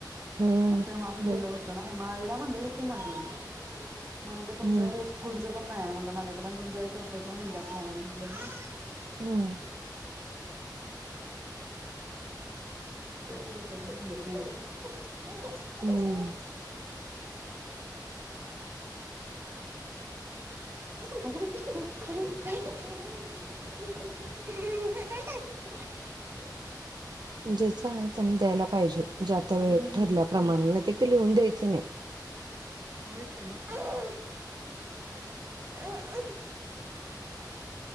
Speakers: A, on the right; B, on the right.
A: हम्म
B: मग तेव्हा मी
A: बोल
B: दिलं होत ना, मग आईला म्हटलं होतं की मधी. म्हणलं तुमचं
A: हम्म
B: एक गुंज पण नाहीये म्हंटल माझ्याकडं आणि तुमच्या एक रुपयाच्या मिन्द्यात नाही म्हणलं मी.
A: हम्म
B: <inaudible> <unintelligible>
A: हं.
B: अग बाई, अगं बाई <unintelligible> <inaudible>
A: ज्याच आहे त्यांना द्यायला पाहिजे. ज्या त्या वेळेत
B: हम्म
A: ठरल्याप्रमाणं नाही तर ते लिहून द्यायचं नाही.
B: होयच की मग काय. <unintelligible>